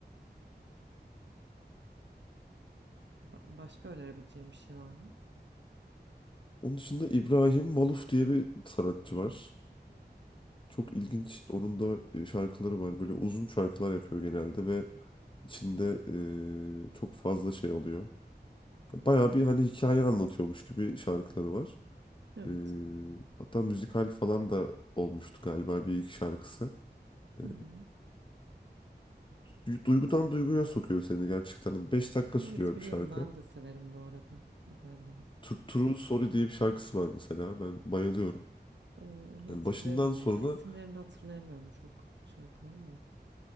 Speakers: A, on the right; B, on the left.
A: Ba- Başka önerebileceğim bir şey var mı?
B: Onun dışında İbrahim Maluf diye bir sanatçı var. Çok ilginç. Onun da e, şarkıları var. Böyle uzun şarkılar yapıyor genelde ve içinde e, çok fazla şey oluyor. Bayağı bir hani hikaye anlatıyormuş gibi şarkıları var.
A: Evet.
B: E, hatta müzikal falan da olmuştu galiba bir iki şarkısı. E,
A: Hı hı.
B: du- duygudan duyguya sokuyor seni gerçekten. Hani 5 dakika
A: Evet
B: sürüyor
A: biliyorum
B: bir şarkı.
A: ben de severim bu arada İbrahim Olof.
B: Tr- True Sorry diye bir şarkısı var mesela. Ben bayılıyorum.
A: O- Onu
B: Yani
A: hatırlayamadım
B: başından sonuna
A: ya. İsimlerini hatırlayamıyorum çok şarkıların da.